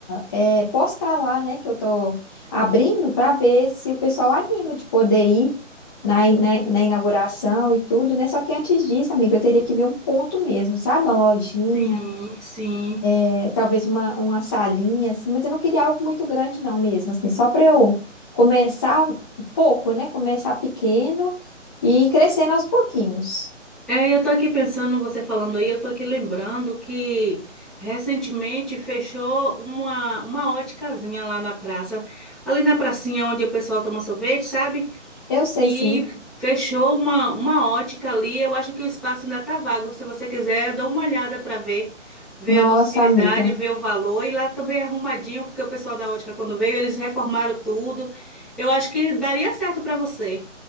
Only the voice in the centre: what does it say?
Sim, sim.
É, eu tô aqui pensando, você falando aí, eu tô aqui lembrando que recentemente fechou uma, uma óticazinha lá na praça, ali na pracinha onde o pessoal toma sorvete, sabe?
E
fechou uma, uma ótica ali, eu acho que o espaço ainda tá vago, se você quiser, dá uma olhada para ver, ver
a possibilidade,
ver o valor, e lá também é arrumadinho, porque o pessoal da ótica quando veio, eles reformaram tudo, eu acho que daria certo para você.